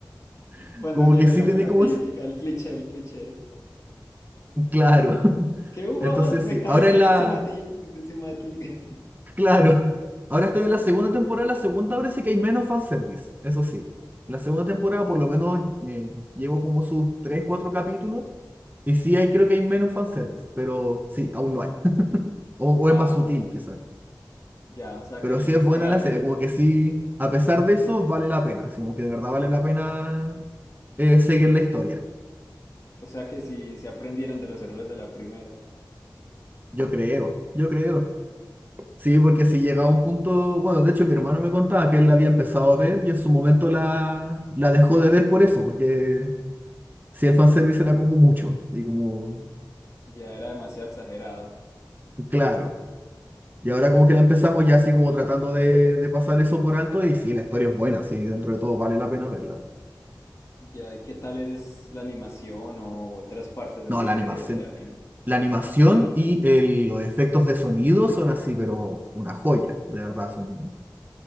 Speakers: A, on the right; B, on the left.
A: <laughs>
B: Cuando
A: como
B: llega
A: que sí
B: la,
A: tiene
B: la
A: como
B: típica,
A: eso,
B: el cliché, el cliché.
A: claro. <laughs>
B: Es que "Uh,
A: Entonces
B: me
A: sí,
B: caí,
A: ahora
B: caí
A: en la...
B: encima de ti, de encima de ti. <laughs>
A: Claro, ahora estoy en la segunda temporada. La segunda parece que hay menos fanservice, eso sí. La segunda temporada, por lo menos, eh, llevo como sus 3 4 capítulos. Y sí, hay, creo que hay menos fanservice, pero sí, aún lo hay. <laughs> O, o
B: Ah,
A: es más sutil, quizás.
B: ya, o sea
A: Pero
B: que el
A: sí es buena
B: frate,
A: la serie, como que sí, a pesar de eso, vale la pena. así Como que de verdad vale la pena eh, seguir la historia.
B: o sea que si se aprendieron de los errores de la primera,
A: Yo creo, yo creo. Sí, porque si llega a un punto, bueno, de hecho mi hermano me contaba que él la había empezado a ver y en su momento la, la dejó de ver por eso, porque si el fanservice era como mucho, y como,
B: ya era demasiado exagerado.
A: claro. Y ahora como que la empezamos ya así como tratando de, de pasar eso por alto y sí, la historia es buena, sí, dentro de todo vale la pena verla.
B: Ya, ¿y qué tal es la animación o otras partes así
A: No, la
B: de,
A: animación.
B: del anime?
A: La animación y el- los efectos de sonido son así, pero una joya, de verdad, son